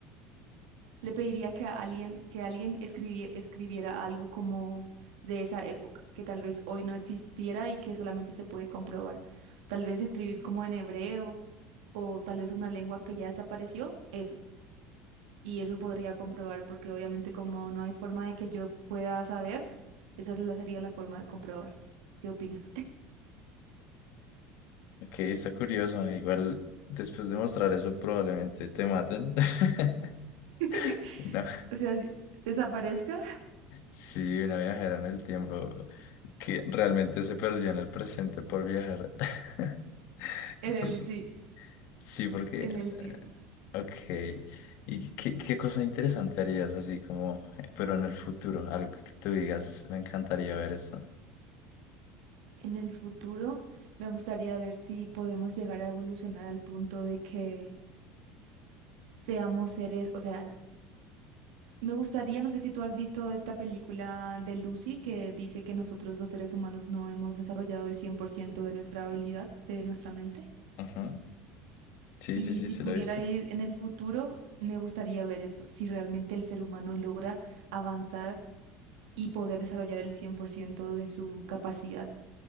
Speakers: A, on the right; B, on the left.
A: le pediría que a alguien, que alguien escribi- escribiera algo como de esa época, que tal vez hoy no existiera y que solamente se puede comprobar. Tal vez escribir como en hebreo o tal vez una lengua que ya desapareció, eso. y eso podría comprobar porque obviamente como no hay forma de que yo pueda saber, esa es la- sería la forma de comprobar. ¿Qué opinas?
B: Ok, está curioso. Igual después de mostrar eso probablemente te maten. <laughs>
A: <laughs>
B: No.
A: O sea, si- desaparezcas <laughs>
B: Sí, una viajera en el tiempo que realmente se perdió en el presente por viajar. <laughs>
A: en el
B: Porque,
A: sí,
B: sí, porque...
A: en el
B: eh,
A: tiempo.
B: Ok. ¿Y qué, qué cosa interesante harías así como, eh, pero en el futuro? Algo que tú digas, me encantaría ver eso.
A: En el futuro, me gustaría ver si podemos llegar a evolucionar al punto de que seamos seres, o sea, me gustaría, no sé si tú has visto esta película de Lucy que dice que nosotros los seres humanos no hemos desarrollado el 100% de nuestra habilidad, de nuestra mente.
B: Ajá. Sí,
A: Y
B: sí, sí,
A: si
B: se
A: pudiera
B: lo he visto.
A: ir en el futuro, me gustaría ver eso, si realmente el ser humano logra avanzar y poder desarrollar el 100% de su capacidad